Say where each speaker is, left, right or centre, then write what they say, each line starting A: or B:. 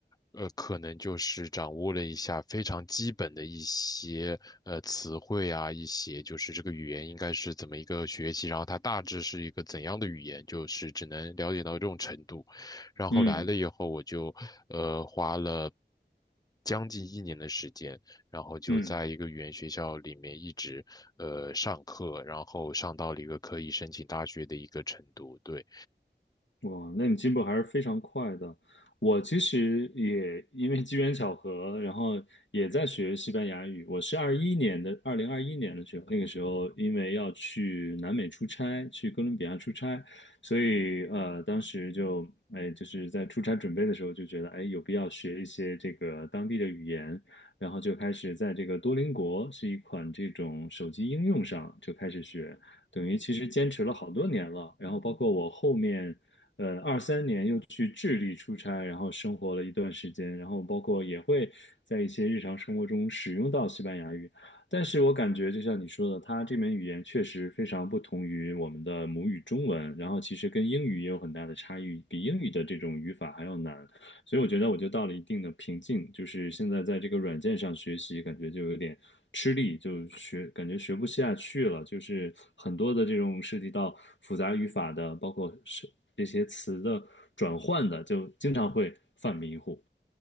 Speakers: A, on the left (about 20°); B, on the left (about 85°).
A: 呃，可能就是掌握了一下非常基本的一些呃词汇啊，一些就是这个语言应该是怎么一个学习，然后它大致是一个怎样的语言，就是只能了解到这种程度。然后来了以后，
B: 嗯
A: 我就呃花了将近一年的时间，然后就在一个语言学校里面一直呃上课，
B: 嗯。
A: 然后上到了一个可以申请大学的一个程度，对。
B: 哇，那你进步还是非常快的。我其实也因为机缘巧合，然后也在学西班牙语。我是二一年的，二零二一年的时候，那个时候因为要去南美出差，去哥伦比亚出差，所以呃，当时就哎，就是在出差准备的时候就觉得哎，有必要学一些这个当地的语言，然后就开始在这个多邻国是一款这种手机应用上就开始学。等于其实坚持了好多年了，然后包括我后面呃，二三年又去智利出差，然后生活了一段时间，然后包括也会在一些日常生活中使用到西班牙语。但是我感觉，就像你说的，它这门语言确实非常不同于我们的母语中文，然后其实跟英语也有很大的差异，比英语的这种语法还要难。所以我觉得我就到了一定的瓶颈，就是现在在这个软件上学习，感觉就有点吃力，就学感觉学不下去了。就是很多的这种涉及到复杂语法的，包括是这些词的转换的，就经常会犯迷糊。